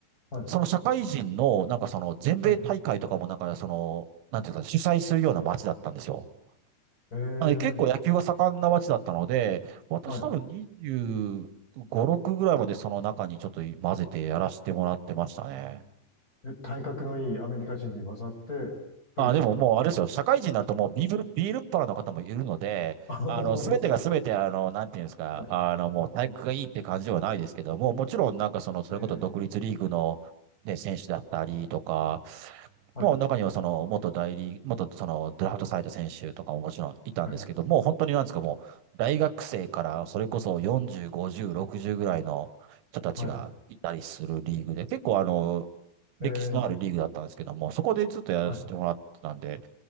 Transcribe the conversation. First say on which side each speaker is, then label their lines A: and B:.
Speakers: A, on the left; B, on the right.
A: はい、
B: その社会人の、なんかその、全米大会とかもなんかその、
A: はい。
B: なんていうか、主催するような町だったんですよ。
A: ええ、
B: なので結構野球が盛んな街だったので、私多分25、
A: はい。
B: 6ぐらいまでその中にちょっと混ぜてやらせてもらってましたね。
A: え体格のいいアメリカ人に混ざってプレイしてたってことです
B: あ、でももうあれですよ、社会人になるともうビール、ビールっ腹の方もいるので、
A: あ <laughs> ははは
B: あの、すべてがすべて、あの、なんていうんですか、
A: はい。
B: あの、もう体育がいいって感じではないですけども、もちろんなんかその、それこそ独立リーグの、
A: ええ、
B: ね、選手だったりとか、
A: はい、
B: もう中にはその元代理、元そのドラフトされた選手とかももちろんいたんですけど、
A: はい、
B: もう本当になんですか、もう大学生からそれこそ40、50、60ぐらいの人たちがいたりするリーグで、
A: はい。
B: 結構あの、
A: ええ、
B: 歴史のあるリーグだったんですけども、そこでずっとやらせてもらってたんで、
A: はい、